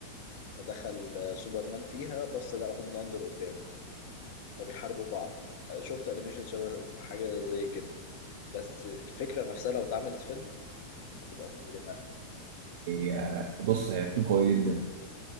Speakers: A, on the left; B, on the right.
A: فدخل آه، سوبرمان فيها بس لقى هوملاندر قدامه فبيحاربوا بعض آه، شفت انيميشن شبه حاجه زي كده بس الفكره نفسها لو اتعملت فيلم هتبقى مجرمه
B: هي بص هي بتكون قوية جدا